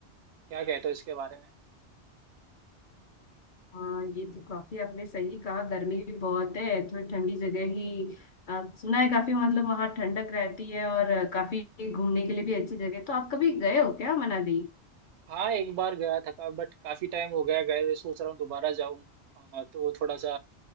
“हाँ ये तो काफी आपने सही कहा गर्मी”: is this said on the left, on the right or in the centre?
Left